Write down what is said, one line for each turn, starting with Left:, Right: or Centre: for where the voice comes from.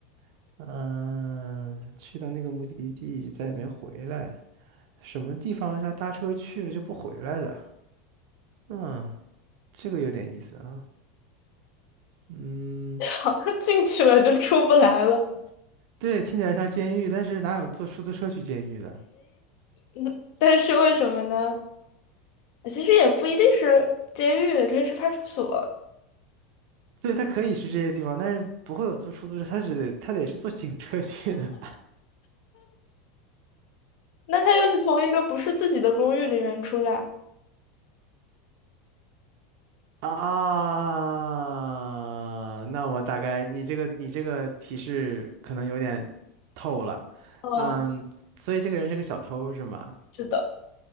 Right: <laughs> 嗯，他去到那个目的地就再也没回来，什么地方要搭车去了就不回来的？嗯，这个有点意思啊。嗯。
Left: 好，<laughs> 进去了就出不来了。
Right: 对，听起来像监狱，但是哪有坐出租车去监狱的？
Left: 嗯，但是为什么呢？其实也不一定是监狱，也可以是派出所。
Right: 对，他可以是这些地方，但是不会有坐出租车，他只得它得是坐警车去的吧？
Left: 那他又是从一个不是自己的公寓里面出来。
Right: <laughs> 啊，那我大概你这个你这个提示可能有点透了，
Left: 哦，
Right: 嗯，所以这个人是个小偷是吗？
Left: 是的。